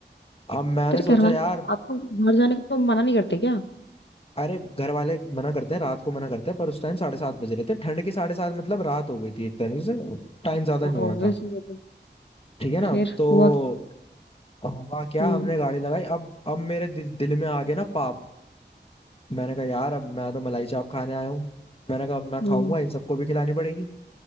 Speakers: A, on the left (about 30°); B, on the left (about 75°).
A: अब मैंने
B: तेरे
A: सोचा
B: घर वाले
A: यार
B: आपको बाहर जाने को मना नहीं करते क्या
A: अरे घर वाले मना करते हैं रात को मना करते हैं पर उस टाइम साढ़े सात बज रहे थे ठंड के साढ़े सात मतलब रात हो गई थी एक तरीके से टाइम ज्यादा
B: ऑब्वियस
A: नहीं हुआ था
B: वो तो
A: ठीक है ना
B: फिर
A: तो
B: हुआ क्या?
A: हुआ क्या
B: हम्म
A: हमने गाड़ी लगाई अब अब मेरे दिल, दिल में आ गया ना पाप मैंने कहा यार अब मैं तो मलाई चाप खाने आया हूँ मैंने कहा अब मैं खाऊंगा
B: हम्म
A: इन सबको भी खिलानी पड़ेगी